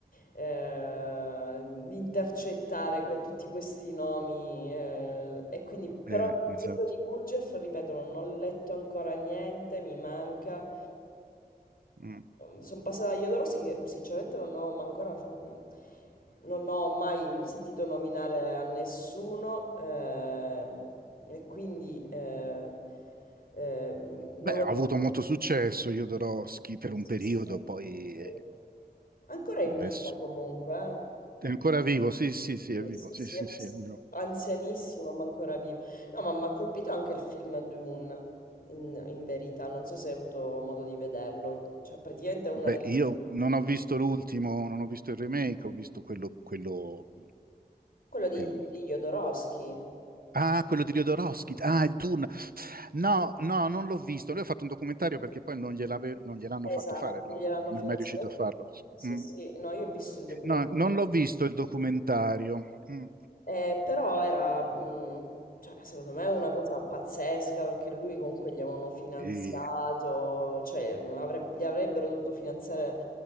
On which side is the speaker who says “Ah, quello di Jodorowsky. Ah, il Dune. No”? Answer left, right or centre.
Right